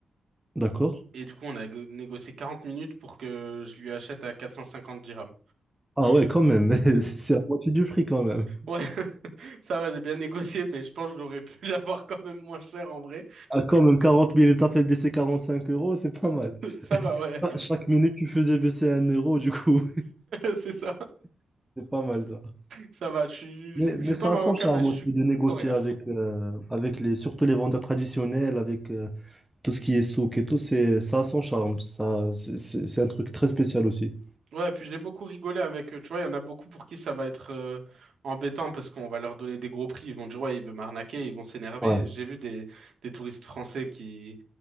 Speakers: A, in the centre; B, on the right.
A: d'accord.
B: Et du coup, on a go- négocié 40 minutes pour que je lui achète à 450 dirhams.
A: Ah ouais, quand même, <laughs> c'est la moitié du prix quand même.
B: Ouais, <laughs> ça va, j'ai bien négocié, mais je pense que j'aurais pu <laughs> l'avoir quand même moins cher en vrai.
A: Ah, quand même, 40 minutes, t'as fait baisser 45 euros, c'est pas mal.
B: <laughs> Ça va, ouais,
A: Ah, Chaque minute, tu faisais baisser un euro, du coup,
B: <laughs> c'est ça.
A: <laughs> c'est pas mal ça.
B: Ça va, je suis,
A: Mais,
B: je, je
A: mais
B: suis
A: ça
B: pas marocain,
A: a son charme
B: mais je
A: aussi
B: suis
A: de négocier
B: coréen.
A: avec, euh, avec les, surtout les vendeurs traditionnels, avec, euh, Tout ce qui est souk et tout, c'est, ça a son charme. Ça, c'est c'est- c'est un truc très spécial aussi.
B: Ouais, et puis j'ai beaucoup rigolé avec eux. Tu vois, il y en a beaucoup pour qui ça va être euh, embêtant parce qu'on va leur donner des gros prix. Ils vont dire, ouais, il veut m'arnaquer, ils vont s'énerver.
A: Ouais.
B: J'ai vu des, des touristes français qui,